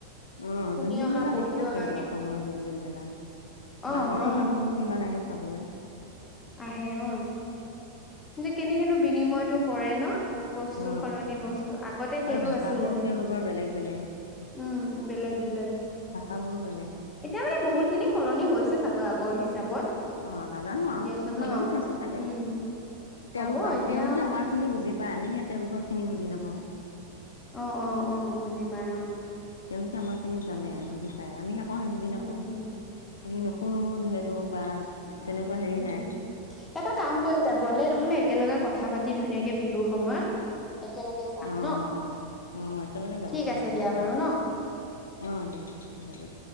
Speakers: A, on the left; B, on the left.
A: অঁ,
B: শুনি
A: জোনবিল
B: অহা
A: মেলা
B: পঢ়ি
A: বিখ্যাত
B: অহা
A: কিন্তু অসমৰ জোনবিল মেলা,
B: অ
A: বাহিৰৰ
B: অ
A: মানুহবোৰো ইমান আহে চাবলৈ।
B: আহে অঁ কেনেকেনো বিনিময়টো কৰে ন। বস্তু
A: অ
B: সলনি বস্তু আগতে সেইটো
A: আৰু ভাষাবোৰো
B: আছিলে,
A: তেওঁলোকৰ বেলেগ বেলেগ
B: উম বেলেগ- বেলেগ,
A: ভাষাবোৰো বেলেগ
B: এতিয়া মানে বহুত খিনি সলনি হৈছে ছাগৰ আগৰ হিচাপত
A: অঁ। নাজানো আৰু
B: দিয়াচোন
A: সলনি
B: ন
A: হৈছে চাগে,
B: উম হ'ব
A: তেওঁলোক-
B: এতিয়া
A: তেওঁলোকে আমাৰ খিনি বুজি বা আমিহে তেওঁলোকৰখিনি বুজি নাপাওঁ।
B: অ অ-অ বুজি পাই অ।
A: কেনেকে আমাৰ সেই জানে
B: হয়
A: বুজি পায়, আমি আকৌ সেই বুজি
B: উম
A: নাপাওঁ।
B: উম
A: আমি নুশুনো যিহেতু বা তেনেকুৱা হেৰি
B: উম,
A: নাই
B: এটা কাম কৰিম দিয়া, গ'লে নহলে একেলগে কথা পাতি ধুনীয়াকে বিহু সময়ত একেলগে যাম
A: অঁ
B: ন
A: অঁ একেলগে যাব
B: ঠিক
A: পাৰা
B: আছে
A: যাব,
B: দিয়া বাৰু ন
A: অঁ দিয়া হ'ব দিয়া।